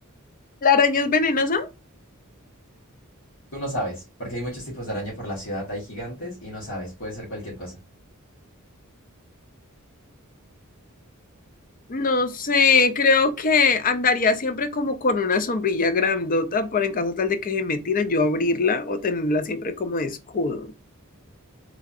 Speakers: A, on the left; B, on the left.
A: ¿La araña es venenosa?
B: Tú no sabes, porque hay muchos tipos de araña por la ciudad. Hay gigantes y no sabes. Puede ser cualquier cosa.
A: No sé, creo que andaría siempre como con una sombrilla grandota para en caso tal de que se me tiren yo abrirla o tenerla siempre como de escudo.